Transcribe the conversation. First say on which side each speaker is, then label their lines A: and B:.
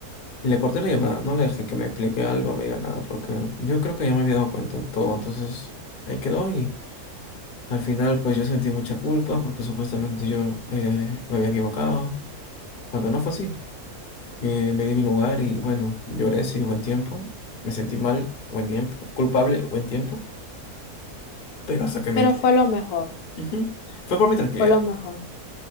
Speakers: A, on the left; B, on the left.
A: Le corté la llamada, no le dejé que me explique algo, me diga nada, porque yo creo que ya me había dado cuenta en todo. Entonces, ahí quedó y al final pues yo sentí mucha culpa porque supuestamente yo eh, me había equivocado, cuando no fue así. Eh, me di mi lugar y bueno, lloré, sí, buen tiempo. Me sentí mal, buen tiempo. Culpable, buen tiempo. Pero hasta que me
B: Pero
A: enteré.
B: fue lo mejor,
A: Ujú. Fue por mi tranquilidad.
B: fue lo mejor.